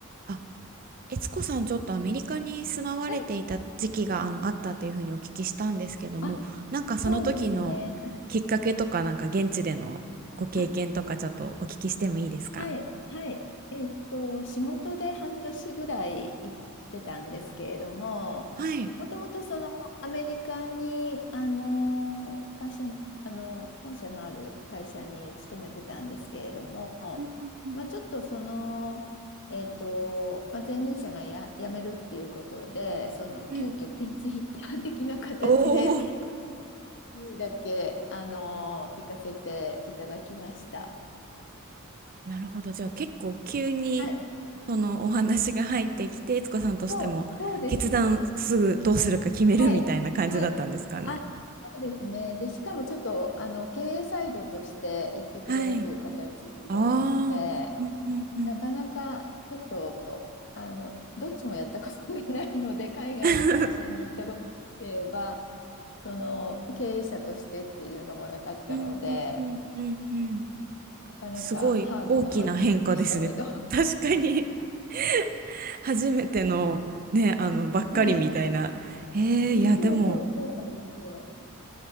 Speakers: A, on the right; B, on the left.
A: あ、悦子さん、ちょっとアメリカに住まわれていた時期があのあったというふうにお聞きしたんですけども、
B: はい。あ、
A: なんかその時のきっかけとか、
B: そうですね。
A: なんか現地でのご経験とか、
B: あ、
A: ちょっとお聞きしてもいいですか
B: はい、はい。えっと、仕事で半年ぐらい行ってたんですけれども、
A: はい。
B: もともとそのアメリカに、あの、会社の、あの、本社のある会社に勤めてたんですけれども、
A: うんうん
B: まあ、ちょっとその、えっと、まあ、前任者がや、辞めるっていうことで、その急遽ピンチヒッター的な形で、
A: うんうんおお、
B: にだけ、あのー行かせていただきました。
A: なるほど。じゃあ結構急に
B: はい。
A: そのお話が入ってきて、悦子さんとしても決断すぐどうするか決めるみたいな感じだったんですかね。
B: そう、そうですね。はい。はい。あ、そうですね。で、しかもちょっと、あの、経営サイドとして行ってくれっていう形だったので、
A: はい。ああ、うんうんうん。
B: なかなかちょっと、あの、どっちもやったことがないので、海外の会社に行ったことがなければ、
A: <laughs>
B: その、経営者としてっていうのもなかったので、
A: うんうんうんうんうん。
B: なかなかハードな半年でしたけど。
A: すごい大きな変化ですね。
B: は
A: <laughs> 確かに <laughs> 初めてのね、あの、ばっかりみたいな。
B: い。
A: えー、
B: えーそうそう、
A: いや、でも、
B: そうなんですよ。